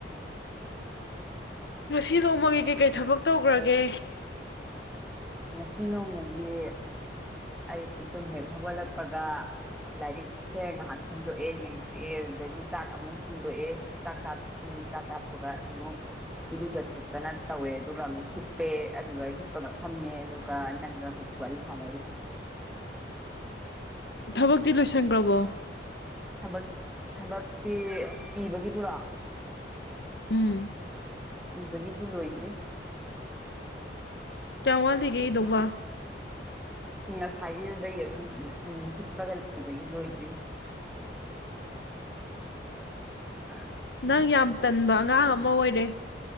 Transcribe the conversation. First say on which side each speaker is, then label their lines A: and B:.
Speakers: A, on the left; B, in the centre.
A: ꯉꯁꯤ ꯅꯣꯡꯃꯒꯤ ꯀꯩꯀꯩ ꯊꯕꯛ ꯇꯧꯈ꯭ꯔꯒꯦ
B: ꯉꯁꯤ ꯅꯣꯡꯃꯒꯤ ꯑꯩ ꯇꯨꯝ ꯍꯦꯛ ꯍꯧꯒꯠꯂꯛꯄꯒ ꯂꯥꯏꯔꯤꯛ ꯁꯦ ꯉꯥꯏꯍꯥꯛ ꯁꯦꯝꯗꯣꯛꯑꯦ ꯌꯦꯡꯊꯣꯛꯑꯦ ꯑꯗꯨꯗꯒꯤ ꯆꯥꯛ ꯑꯃꯨꯛ ꯊꯣꯡꯗꯣꯛꯑꯦ ꯆꯥꯛ ꯆꯥ ꯎꯝ ꯆꯥꯛ ꯆꯥ ꯊꯣꯛꯒ ꯑꯃꯨꯛ ꯏꯔꯨꯖꯊꯣꯛꯇꯅ ꯇꯧꯋꯦ ꯑꯗꯨꯒ ꯑꯃꯨꯛ ꯍꯤꯞꯄꯦ ꯑꯗꯨꯒ ꯍꯤꯞꯄꯒ ꯊꯝꯃꯦ ꯑꯗꯨꯒ ꯅꯪꯒ ꯍꯧꯖꯤꯛ ꯋꯥꯔꯤ ꯁꯥꯟꯅꯔꯤ
A: ꯊꯕꯛꯇꯤ ꯂꯣꯏꯁꯤꯟꯈ꯭ꯔꯕꯣ
B: ꯊꯕꯛ ꯊꯕꯛꯇꯤ ꯏꯕꯒꯤꯗꯨꯔꯣ
A: ꯎꯝ
B: ꯏꯕꯒꯤꯗꯨ ꯂꯣꯏꯗ꯭ꯔꯤ
A: ꯀꯋꯥꯜꯂꯤꯒꯗꯧ ꯋꯥ
B: ꯉꯁꯥꯏꯒꯤꯗꯒꯤ ꯑꯗꯨꯝ ꯎꯝ ꯍꯤꯞꯄꯒ ꯂꯩꯕꯒꯤ ꯂꯣꯏꯗ꯭ꯔꯤ ꯑꯥ
A: ꯅꯪ ꯌꯥꯝ ꯇꯟꯕ ꯑꯉꯥꯡ ꯑꯃ ꯑꯣꯏꯔꯦ